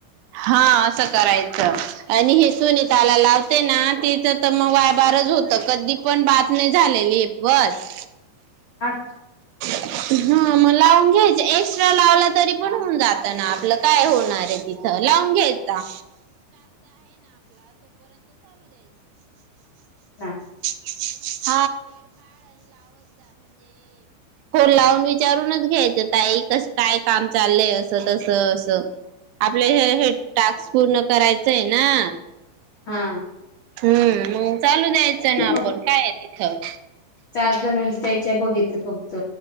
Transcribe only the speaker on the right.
हा असं करायचं आणि हे सुनीताला लावते ना तिच तर मग वायबार होत कधी पण बात नाही झालेली बस.
हा मग लावून घ्यायच. एक्स्ट्रा लावला तरी पण होऊन जात ना आपलं काय होऊन. <unintelligible> तिथ लावून घ्यायचा.
<inaudible> फोन लावून विचारूनच घ्यायचं, ताई कस काय काम चाललंय असं तस असं. आपल्या हे हे टास्क पूर्ण करायचंय ना.
हम्म मग चालू दयायच,
ना आपण
काय आहे तिथं.